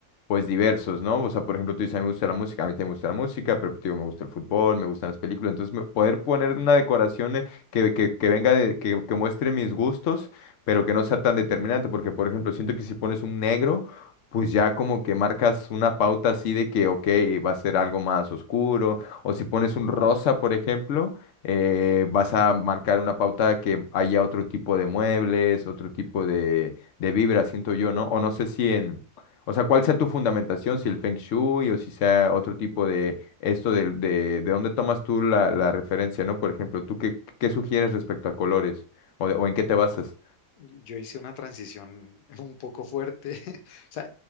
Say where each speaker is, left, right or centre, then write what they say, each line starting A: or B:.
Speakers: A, on the left; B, on the left.
A: pues diversos, ¿no? O sea, por ejemplo, tú dices, a mí me gusta la música, a mí también me gusta la música, pero te digo, me gusta el fútbol, me gustan las películas, entonces me- poder poner una decoración eh, que, que, que venga de, que, que muestre mis gustos, pero que no sea tan determinante, porque por ejemplo, siento que si pones un negro, pues ya como que marcas una pauta así de que, ok, va a ser algo más oscuro, o si pones un rosa, por ejemplo, eh, vas a marcar una pauta que haya otro tipo de muebles, otro tipo de, de vibra, siento yo, ¿no? O no sé si en... O sea, ¿cuál sea tu fundamentación? Si el Feng Shui o si sea otro tipo de esto del- de, de, dónde tomas tú la, la referencia, ¿no? Por ejemplo, ¿tú qué, qué sugieres respecto a colores? ¿O, o en qué te basas?
B: Yo hice una transición <laughs> un poco fuerte. <laughs> O sea,